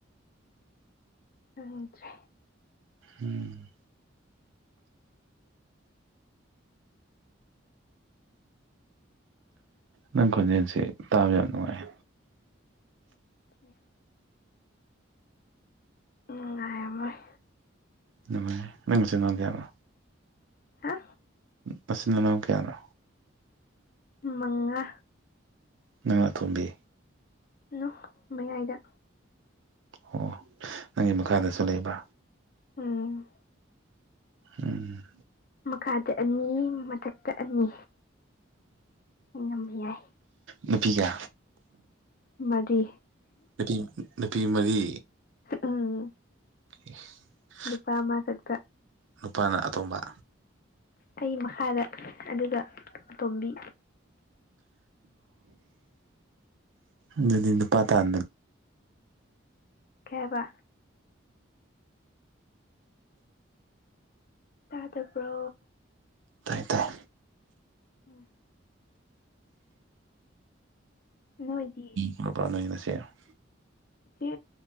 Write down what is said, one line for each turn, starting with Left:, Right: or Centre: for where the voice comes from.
Left: ꯎꯗ꯭ꯔꯦ
Right: ꯎꯝ ꯅꯪ ꯈꯣꯟꯖꯦꯜꯁꯦ ꯇꯥꯕ ꯌꯥꯝ ꯅꯨꯡꯉꯥꯏ
Left: <unintelligible> ꯅꯨꯉꯥꯏꯔꯝꯃꯣꯏ
Right: ꯅꯨꯡꯉꯥꯏ ꯅꯪ ꯅꯆꯤꯟ ꯅꯅꯥꯎ ꯀꯌꯥꯅꯣ
Left: ꯍꯥ
Right: ꯅꯆꯤꯟ ꯅꯅꯥꯎ ꯀꯌꯥꯅꯣ
Left: ꯃꯉꯥ
Right: ꯅꯪꯅ ꯑꯇꯣꯝꯕꯤ
Left: ꯅꯣ ꯃꯌꯥꯏꯗ
Right: ꯑꯣ ꯅꯪꯒꯤ ꯃꯈꯥꯗꯁꯨ ꯂꯩꯕ꯭ꯔꯥ
Left: ꯎꯝ
Right: ꯎꯝ
Left: ꯃꯈꯥꯗ ꯑꯅꯤ ꯃꯊꯛꯇ ꯑꯅꯤ ꯌꯥꯝ ꯅꯨꯉꯥꯏ
Right: ꯅꯨꯄꯤꯖꯦ
Left: ꯃꯔꯤ
Right: ꯅꯨꯄꯤ ꯅꯨꯄꯤ ꯃꯔꯤ
Left: ꯎꯝ
Right: <unintelligible>
Left: ꯅꯨꯄꯥ ꯑꯃ ꯈꯛꯇ
Right: ꯅꯨꯄꯥꯅ ꯑꯇꯣꯝꯕ
Left: ꯑꯩ ꯃꯈꯥꯗ ꯑꯗꯨꯒ ꯑꯇꯣꯝꯕꯤ
Right: ꯑꯗꯨꯗꯤ ꯅꯨꯄꯥ ꯇꯥꯟꯗꯅ
Left: ꯀꯩ ꯍꯥꯏꯕ ꯇꯥꯗꯕ꯭ꯔꯣ
Right: ꯇꯥꯏ ꯇꯥꯏ
Left: ꯎꯝ ꯅꯣꯏꯗꯤ
Right: <unintelligible>
Left: ꯆꯦ